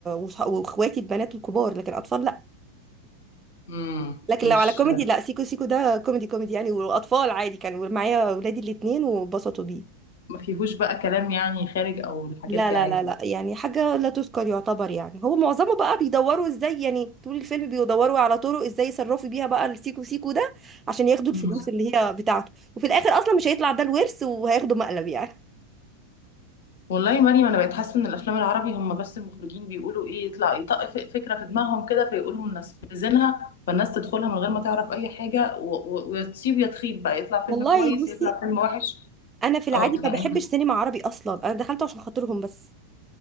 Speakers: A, on the right; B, on the left.
A: وصح- واخواتي البنات الكبار لكن اطفال لا
B: امم
A: لكن
B: مش
A: لو على كوميدي لا سيكو سيكو ده كوميدي كوميدي يعني واطفال عادي كانوا معايا ولادي الاتنين وبسطوا بيه
B: ما فيهوش بقى كلام يعني خارج او الحاجات
A: لا
B: دي
A: لا
B: عادي
A: لا لا يعني حاجة لا تذكر يعتبر يعني هو معظمه بقى بيدوروا ازاي يعني طول الفيلم بيدوروا على طرق ازاي يصرفوا بيها بقى السيكو سيكو ده عشان ياخدوا
B: مم.
A: الفلوس اللي هي بتاعته وفي الاخر اصلا مش هيطلع ده الورث وهياخدوا مقلب يعني
B: والله يا مريم انا بقيت حاسه ان الافلام العربي هم بس المخرجين بيقولوا ايه يطلع يطق ف- فكره في دماغهم كده فيقولوا منفذينها فالناس تدخلها من غير ما تعرف اي حاجه و- و- ويا تصيب يا تخيب بقى يطلع
A: والله
B: فيلم كويس
A: بصي
B: يطلع فيلم وحش
A: انا في العادي
B: اه
A: ما
B: يعني
A: بحبش سينما عربي اصلا انا دخلته عشان خاطرهم بس